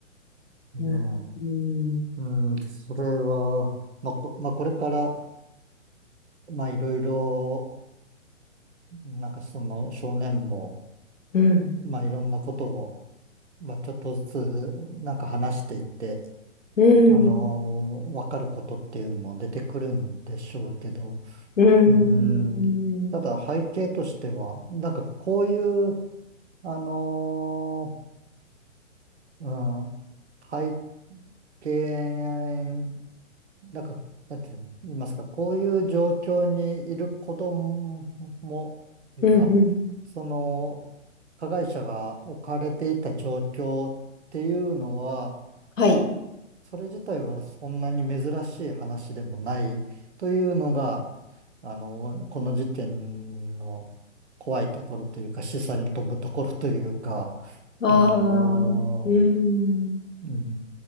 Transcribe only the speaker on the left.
うん、うん、
うん、
うん、
うん、
うん、うん、
はい。
ああ、
うん、